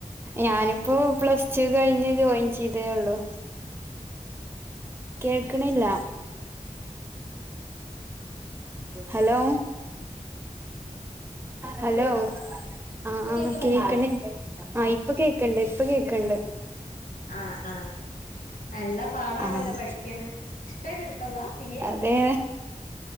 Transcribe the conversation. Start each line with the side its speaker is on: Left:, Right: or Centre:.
Right: ഞാനിപ്പോ പ്ലസ് ടു കഴിഞ്ഞ് ജോയിൻ ചെയ്തേ ഉള്ളൂ കേൾക്കണില്ല ഹലോ ഹലോ ആഹ
Left: ഇപ്പൊ
Right: ആ
Left: കേക്കുന്നുണ്ടോ
Right: കേക്കണ്ട ആ ഇപ്പ കേക്കണ്ട് ഇപ്പൊ കേക്കണ്ട്
Left: ആഹ ആഹ നല്ലാ പാടാണല്ലോ
Right: ആഹ്
Left: പഠിക്കാണ് ഇഷ്ടമായിട്ട് എടുത്തതാ സി എ
Right: അതേ